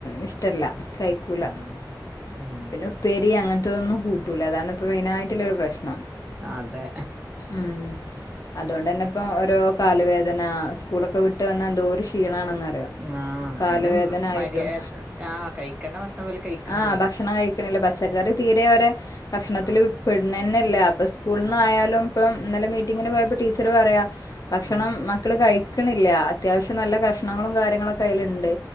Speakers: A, on the left; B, on the right.
A: ഇഷ്ടല്ല കയിക്കൂല
B: ആഹ് ഉം
A: പിന്നെ ഉപ്പേരി അങ്ങനത്തതൊന്നും കൂട്ടൂല അതാണ് ഇപ്പ മെയിനായിട്ടുള്ളൊരു പ്രശ്നം
B: അതെ
A: ഉം അതോണ്ടന്നെ ഇപ്പോ ഓരോ കാലുവേ ദനാ സ്കൂളൊക്ക വിട്ട് വന്നാ എന്തോരുക്ഷീണാണെന്ന
B: ആഹ്
A: <inaudible> കാലുവേദനായിട്ടും
B: അയിന് മര്യാ ആഹ് കഴിക്കേണ്ട ഭക്ഷണം ഇവല് കഴിക്കണില്ലല്ലോ
A: ആഹ് ഭക്ഷണം കയി പച്ചക്കറി തീരെ അവരെ ഭക്ഷണത്തില്
B: ആഹ്
A: പെടുന്നന്നെല്ല അപ്പ സ്കൂൾന്നായാലും
B: ആഹ്
A: ഇപ്പം ഇന്നലെ മീറ്റിങ്ങിന് പോയപ്പൊ ടീച്ചറ് പറയ ഭക്ഷണം
B: ആഹ്
A: മക്കള് കഴിക്ക്ണില്ല അത്യാവശ്യം നല്ല കഷ്ണങ്ങളും കാര്യങ്ങളൊക്ക അയില്ണ്ട്